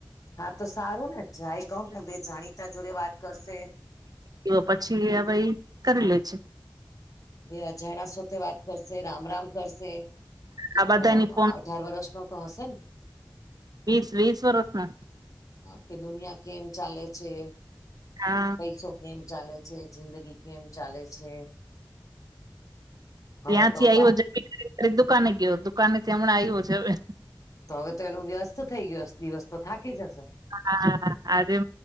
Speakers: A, on the left; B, on the right.
A: હા તો સારું ને જાય કઉ ને બે જાણીતા જોડે વાત કરશે.
B: તો પછી હવે કરી લેજ.
A: બે અજાણા સાથે વાત કરશે રામ રામ કરશે. કે
B: આ બધાની
A: હવે
B: ફોન
A: અઢાર વર્ષ ન તો હશેને.
B: વીસ વીસ વર્ષના
A: કે દુનિયા કેમ ચાલે છે.
B: હા.
A: પૈસો કેમ ચાલે છે જિંદગી કેમ ચાલે છે.
B: ત્યાંથી
A: હવે તો
B: આવ્યો
A: બા
B: જ ખ દુકાને ગયો દુકાાનથી હમણાં આવ્યો છે હવે.
A: તો હવે તો એનું વ્યસ્ત થઈ ગયો હ દિવસ તો થાકી જ હશે.
B: હા આરેે